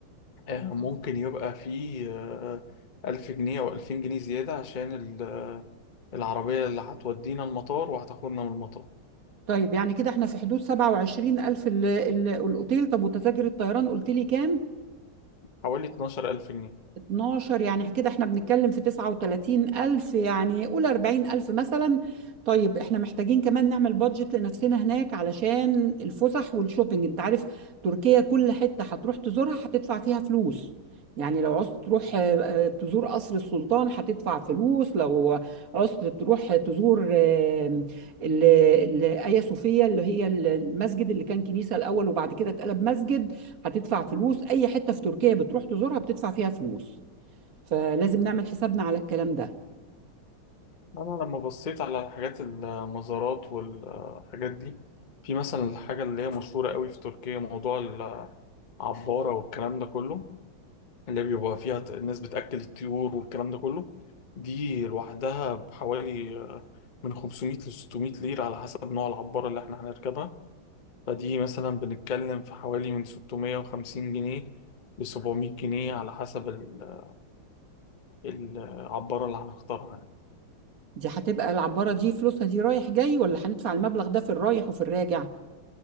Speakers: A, on the left; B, on the right.
A: آه، ممكن يبقى فيه آه، ألف جنيه أو ألفين جنيه زيادة عشان ال- آه، العربية اللي هتودينا المطار وهتاخدنا من المطار
B: طيب يعني كده احنا في حدود 27000 ال- ال- الاوتيل طب وتذاكر الطيران قلت لي كام
A: حوالي اتناشر ألف جنيه
B: 12 يعني كده احنا بنتكلم في 39 ألف يعني قول 40 ألف مثلا طيب احنا محتاجين كمان نعمل بادجت لنفسنا هناك علشان الفسح والشوبينج انت عارف تركيا كل حتة هتروح تزورها هتدفع فيها فلوس يعني لو عوزت تروح آه، آه، تزور قصر السلطان هتدفع فلوس لو عوزت تروح تزور آه، ال- ال- آيا صوفيا اللي هي المسجد اللي كان كنيسة الأول وبعد كده اتقلب مسجد هتدفع فلوس اي حته في تركيا بتروح تزورها بتدفع فيها فلوس فلازم نعمل حسابنا على الكلام ده
A: أنا لما بصيت على حاجات المزارات والحاجات دي في مثلا الحاجة اللي هي مشهورة قوي في تركيا موضوع العبارة والكلام ده كله اللي بيبقى فيها ت- الناس بتأكل الطيور والكلام ده كله دي لوحدها بحوالي آه، من 500 ل 600 ليرة على حسب نوع العبارة اللي احنا هنركبها فدي مثلا بنتكلم في حوالي من 650 جنيه ل 700 جنيه على حسب ال- العبارة اللي هنختارها يعني.
B: دي هتبقى العباره دي فلوسها دي رايح جاي ولا هندفع المبلغ ده في الرايح وفي الراجع